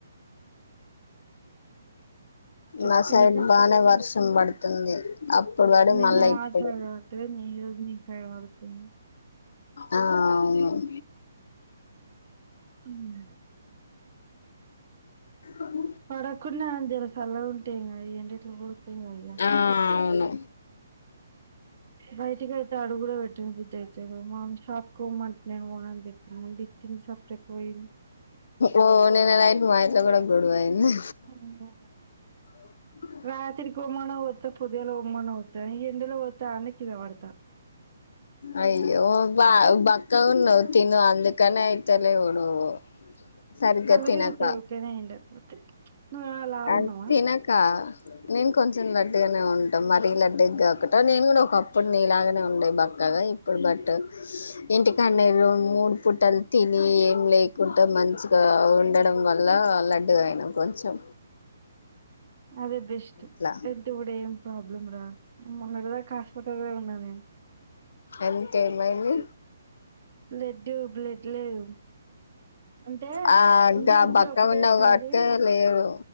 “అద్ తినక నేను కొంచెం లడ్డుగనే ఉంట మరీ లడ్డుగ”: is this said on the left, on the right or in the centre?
Left